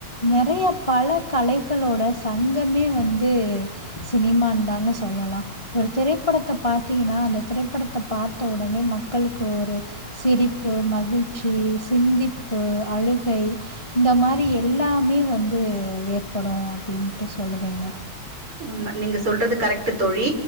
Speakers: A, on the left; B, on the right.
A: நெறய பல கலைஹளோட சங்கமே வந்து சினிமான் தாங்க சொ சொல்லலாம் ஒரு திரைப்படத்த பாத்திங்ன்னா அந்த திரைப்படத்த பாத்த உடனே மக்களுக்கு ஒரு சிரிப்பு மகிழ்ச்சி சிந்திப்பு அழுகை இந்த மாறி எல்லாமே வந்து ஏற்படும் அப்டின்ட்டு சொல்லுவேங்க
B: உண்ம நீங்க சொல்றது கரெக்ட்டு தோழி